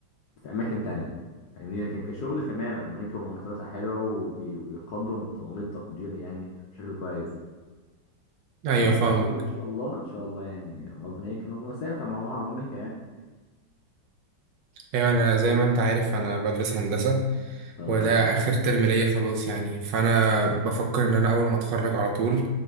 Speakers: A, on the left (about 70°); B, on the right (about 75°).
A: في اماكن تانية فاهمني لكن كشغل تمام امريكا مرتباتها حلوه وبي... وبيقدم التمريض تقدير يعني بشكل كويس
B: ايوه
A: فكشغل
B: فاهمك
A: ان شاء الله ان شاء الله يعني ربنا يكرم ومسافر مع امريكا يعني
B: ايوه انا زي ما انت عارف انا بدرس هندسة
A: اه
B: وده اخر ترم ليا خلاص يعني فانا بفكر ان انا اول ما اتخرج على طول